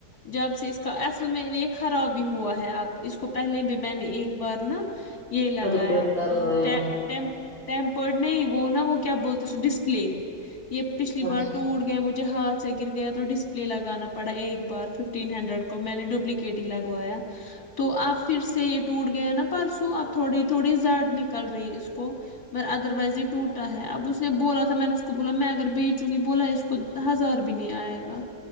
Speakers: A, on the left; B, on the left.
A: جب سے اس کا اصل میں یہ خراب بھی ہوا ہے اب اس کو پہلے بھی میں نے ایک بار نا یہ لگا
B: ریپیئر کر
A: یہ
B: رہے ہیں.
A: ٹپ ٹیمپرڈ نہیں وہ نا وہ کیا بولتے اس ڈسپلے یہ پچھلی
B: اچھا
A: بار ٹوٹ گیا مجھے ج ہاتھ سے گر گیا تو ڈسپلے لگانا پڑا ایک بار ففٹین ہنڈریڈ کو میں نے ڈبلیکیٹ ہی لگوایا تو آپ پھر سے یہ ٹوٹ گئے نا پرسوں اب تھوڑی تھوڑی زڈ نکل رہی ہے اس کو م ادر وائز یہ ٹوٹا ہے اب اس نے بولا تھا میں نے اس کو بولا میں اگر بیچوں گی بولا اس کو کچ ہزار بھی نہیں آئے گا